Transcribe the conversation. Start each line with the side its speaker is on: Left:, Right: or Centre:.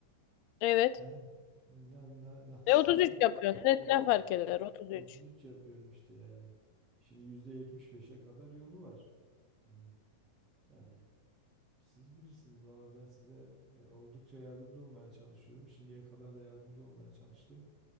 Left: Evet.
Right: He? Na, na- <laughs> nasıl
Left: E 33
Right: oldu?
Left: yapıyorsun. Ne,
Right: Ot-
Left: ne fark eder 33?
Right: 33 yapıyorum işte yani. Şimdi %75'e kadar yolu var bunun. Yani Siz bilirsiniz valla ben size e, oldukça yardımcı olmaya çalışıyorum. Şimdiye kadar da yardımcı olmaya çalıştım.